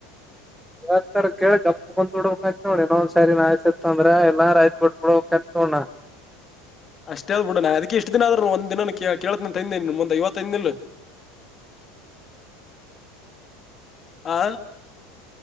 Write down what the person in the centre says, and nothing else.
ಯಾ ಸ ಕೇಳಿ ಗಪ್ಪು ಬಂದಡಕಂತ ನೋಡಿ ಇನ್ನೊಂದ ಸರಿ ನ ಆ್ಸತಿತ್ ಅಂದ್ರ ಎಲ್ಲಾರಯ್ತ್ ಬಿಟ್ಟುಡಂತ ನೋ. ಹುಣ.
<unintelligible>